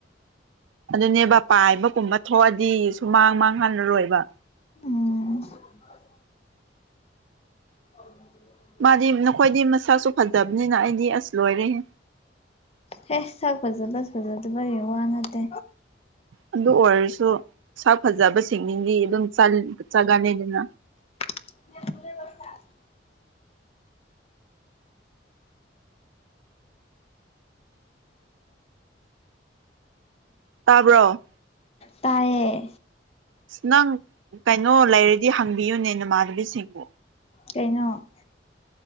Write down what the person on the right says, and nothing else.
ꯑꯗꯨꯅꯦꯕ ꯄꯥꯏꯕꯒꯨꯝꯕ ꯊꯣꯛꯑꯗꯤ ꯁꯨꯃꯥꯡ ꯃꯥꯡꯍꯜꯂꯔꯣꯏꯕ
ꯃꯥꯗꯤ ꯅꯈꯣꯏꯗꯤ ꯃꯁꯛꯁꯨ ꯐꯥꯖꯕꯅꯤꯅ ꯑꯩꯗꯤ ꯑꯁ ꯂꯣꯏꯔꯦꯍꯦ
ꯑꯗꯨ ꯑꯣꯏꯔꯁꯨ ꯁꯛ ꯐꯥꯖꯕ ꯁꯤꯡꯅꯤꯡꯗꯤ ꯑꯗꯨꯝ ꯆꯥꯒꯜꯂꯤꯅꯤꯗ
ꯇꯥꯕ꯭ꯔꯣ
ꯑꯁ ꯅꯪ ꯀꯩꯅꯣ ꯂꯩꯔꯗꯤ ꯍꯪꯕꯤꯌꯨꯅꯦ ꯅꯃꯥꯟꯅꯕꯤꯁꯤꯡꯕꯨ